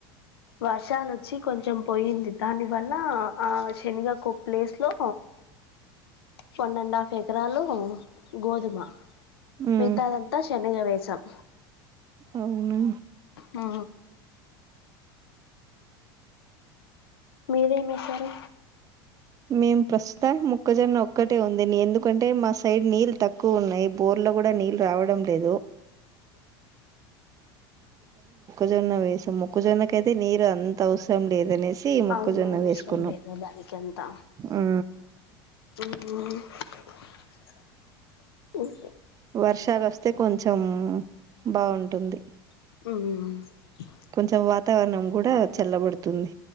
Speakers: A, on the left; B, on the right.
A: వర్షాలుొచ్చి కొంచెం పోయింది దానివల్ల ఆ శనిగ ఒక ప్లేస్లో వన్ అండ్ హాఫ్ ఎకరాలు గోధుమ
B: ఉమ్
A: మితాదంతా శనగ వే పచ్చం
B: అవును
A: ఆ మీర్ ఏం ఏసారు
B: మేము ప్రస్తుతం ముక్కజొన్న ఒక్కటే ఉంది ఎందుకంటే మా సైడ్ నీళ్ళు తక్కువ ఉన్నాయి బోర్లో కూడా నీళ్ళు రావడం లేదు మొజొన్న వేసాం మొక్కజొన్నక అయితే నీరు అంత అవసరం లేదనే చి మొకుజొన్న
A: అవును అవసరం
B: వేసుకున్నా
A: లేదు దానికి అంతా
B: అ
A: హ
B: వర్షాలు వస్తే కొంచెం బాగుంటుంది
A: మ్ మ్
B: కొంచెం వాతావరణం కూడా చల్లబడుతుంది